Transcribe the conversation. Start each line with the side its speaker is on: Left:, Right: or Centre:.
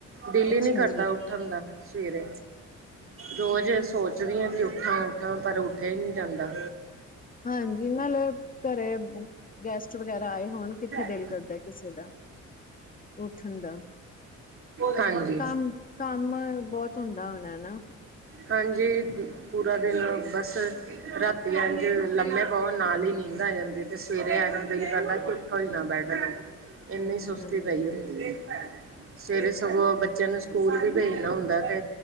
Right: ਦਿਲ
Left: ਅੱਛਾ
Right: ਨੀ ਕਰਦਾ
Left: ਜੀ
Right: ਉ ਉਠਣ ਦਾ ਸਵੇਰੇ ਰੋਜ਼ ਸੋਚਦੀ ਹਾਂ ਕਿ ਉਠਾਂ-ਉਠਾਂ ਪਰ ਉਠਿਆ ਹੀ ਨਹੀਂ ਜਾਂਦਾ।
Left: ਹਾਂਜੀ ਨਾਲ ਘਰੇ ਗੈਸਟ ਵਗੈਰਾ ਆਏ ਹੋਣ ਕਿੱਥੇ ਦਿਲ
Right: <unintelligible>
Left: ਕਰਦਾ ਕਿਸੇ ਦਾ ਉਠਣ ਦਾ
Right: ਹਾਂਜੀ।
Left: ਕੰਮ-ਕੰਮ ਬਹੁਤ ਹੁੰਦਾ ਹੋਣਾ ਹਨਾ।
Right: ਹਾਂਜੀ ਪੂਰਾ ਦਿਨ ਬਸ ਰਾਤੀ ਏੰਜ ਲੰਮੇ ਪਓ ਨਾਲ ਹੀ ਨੀਂਦ ਆ ਜਾਂਦੀ ਤੇ ਸਵੇਰੇ ਇੰਜ ਕੀ ਕਰਦਾ ਉਠੋ ਹੀ ਨਾ ਬੈਡ ਤੋਂ ਇੰਨੀ
Left: ਅੱਛਾ
Right: ਸੁਸਤੀ
Left: ਜੀ
Right: ਪਈ ਹੁੰਦੀ ਸਵੇਰੇ ਸਗੋਂ ਬੱਚਿਆਂ ਨੂੰ ਸਕੂ ਸਕੂਲ ਵੀ ਭੇਜਣਾ ਹੁੰਦਾ ਤੇ